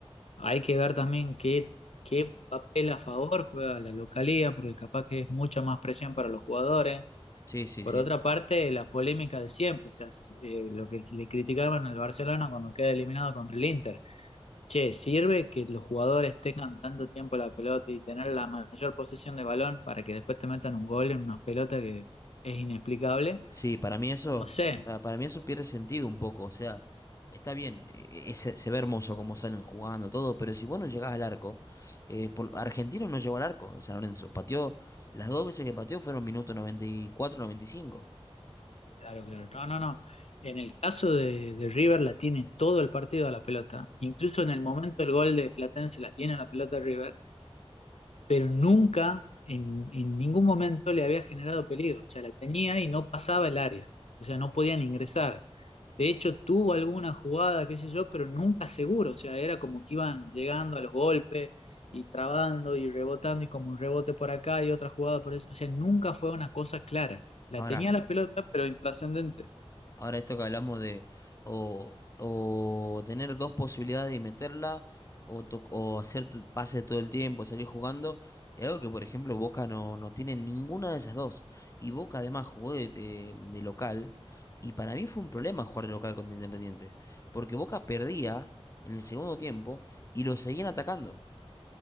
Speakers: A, on the left; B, on the left.
A: Hay que ver también qué, qué papel a favor juega la localía, porque capaz que es mucha más presión para los jugadores.
B: Sí, sí,
A: Por
B: sí.
A: otra parte, la polémica de siempre, o sea, s- eh, lo que le criticaban al Barcelona cuando queda eliminado contra el Inter. Che, ¿sirve que los jugadores tengan tanto tiempo la pelota y tener la mayor posesión de balón para que después te metan un gol en una pelota que es inexplicable?
B: Sí, para mí eso,
A: No sé.
B: para, para mí eso pierde sentido un poco. O sea, está bien, eh, eh, se, se ve hermoso como salen jugando todo, pero si vos no llegás al arco, eh, por- Argentino no llegó al arco, San Lorenzo. Pateó, las dos veces que pateó fueron minuto 94, 95.
A: Claro, claro. No, no, no. En el caso de, de River la tiene todo el partido a la pelota. Incluso en el momento del gol de Platense la tiene a la pelota River, pero nunca, en, en ningún momento le había generado peligro. O sea, la tenía y no pasaba el área. O sea, no podían ingresar. De hecho, tuvo alguna jugada, qué sé yo, pero nunca seguro. O sea, era como que iban llegando a los golpes y trabando y rebotando y como un rebote por acá y otra jugada por eso. O sea, nunca fue una cosa clara. La
B: Ahora,
A: tenía la pelota, pero intrascendente.
B: Ahora esto que hablamos de o, o tener dos posibilidades y meterla o, to- o hacer t- pases todo el tiempo, salir jugando, es algo que por ejemplo Boca no, no tiene ninguna de esas dos. Y Boca además jugó de, de- de local y para mí fue un problema jugar de local contra Independiente, porque Boca perdía en el segundo tiempo y lo seguían atacando.